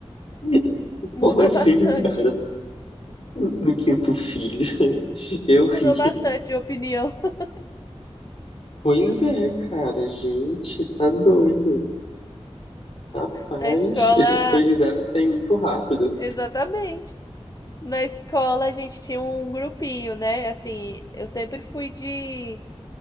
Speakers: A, on the left; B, on the left.
A: <laughs>
B: Mudou
A: Como assim,
B: bastante.
A: cara? No quinto filho? <laughs> Eu ri.
B: mudou bastante de opinião. <laughs>
A: Pois é, cara. Gente, tá doido. Rapaz,
B: Na escola,
A: esse foi de zero a 100 muito rápido.
B: exatamente. Na escola a gente tinha um grupinho, né? Assim, eu sempre fui de,